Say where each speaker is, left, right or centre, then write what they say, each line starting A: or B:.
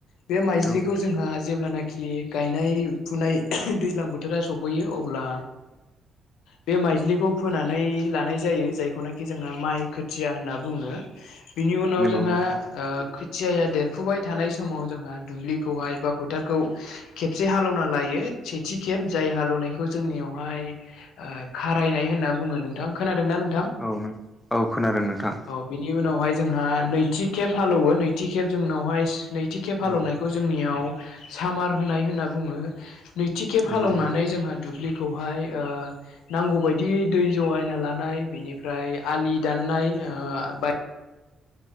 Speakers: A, on the left; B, on the left.
A: बे माइज्लिखौ
B: औ नोंथां
A: जोंहा जेब्लाना। खि गायनाय फुनाय दैज्लां बोथोरा सफैयो अब्ला। बे माइज्लिखौ फोनानै लानाय जायो जायखौनाखि जोंहा माइ खोथिया होनना। बुङो बिनि उनाव
B: नंगौ
A: जोंहा
B: नोंथां
A: ओ। खोथियाया देरफुबाय थानाय समाव जोंहा दुब्लिखौहाय बा फोथारखौ। खेबसे हालौना लायो सेथि खेब जाय हालौनायखौ जोंनियावहाय ओ। बारायनाय होनना बुङो नोंथां खोना। दोंना नोंथां
B: औ औ खोनादों नोंथां
A: औ बिनि उनाहाय जोंहा नै। थि खेब हालौवो नैथि खेब जोंनावहाय नैथि खेब हालौवनायखौ
B: औ
A: जोंनियाव। सामार होनाय होनना बुङो नैथि खेब
B: नंगौ
A: हालेनानै
B: नोंथां
A: जोंहा दुब्लि। खौहाय ओ नांगौबायायदि दै जगायना लानाय बेनिफ्राय। आलि दाननाय ओ बाय।